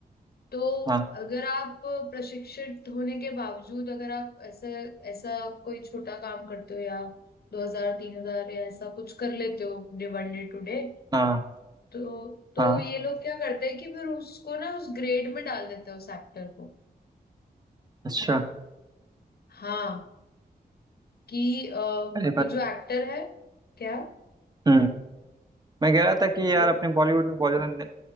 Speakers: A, on the left; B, on the right.
A: तो
B: हाँ
A: अगर आप प्रशिक्षित होने के बावजूद अगर आप ऐसे ऐसा कोई छोटा काम करते हो या दो हजार तीन हजार या ऐसा कुछ कर लेते हो day one day two day
B: हाँ
A: तो तो
B: हाँ
A: ये लोग क्या करते हैं कि फिर उसको ना उस ग्रेड में डाल देते हैं उस एक्टर को
B: अच्छा
A: हाँ कि अ,
B: अरे
A: वो
B: बात
A: जो एक्टर है क्या
B: हम्म मैं कह रहा था कि यार
A: वो
B: अपने बॉलीवुड में बहुत ज्यादा